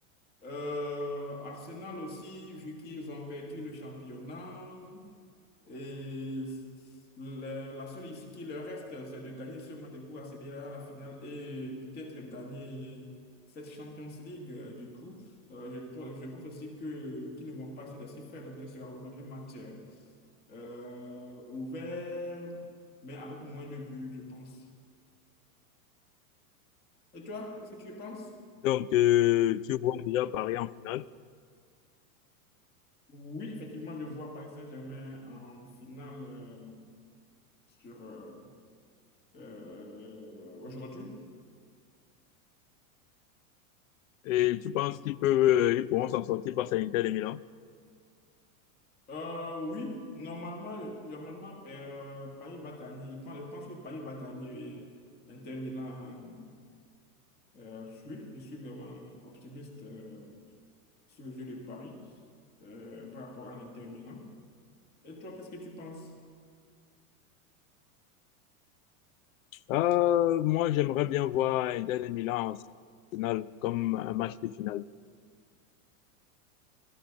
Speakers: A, on the left; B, on the left.
A: euh, Arsenal aussi, vu qu'ils ont perdu le championnat. Et la, la seule issue qui leur reste, c'est de gagner ce match pour accéder à la finale et peut-être gagner cette Champions League. Euh, Du coup, Euh, je, je pense aussi que qu'ils ne vont pas se laisser faire. Donc, ce sera vraiment un match euh, euh, ouvert, mais avec moins de buts, je pense. Et toi, qu'est-ce que tu penses?
B: Donc, euh, tu vois déjà Paris en finale
A: Oui, effectivement, je vois Paris Saint-Germain en finale euh, sur euh, euh, aujourd'hui.
B: et tu penses qu'ils peuvent, euh, ils pourront s'en sortir face à Inter de Milan?
A: Euh, oui, normalement, le- normalement euh, Paris va gagner. Je pense, je pense que Paris va gagner oui. Inter Milan. Euh, je suis, je suis vraiment optimiste euh, sur le jeu de Paris euh, par rapport à l'Inter Milan. Et toi, qu'est-ce que tu penses?
B: Euh, moi, j'aimerais bien voir Inter de Milan en finale comme un match de finale.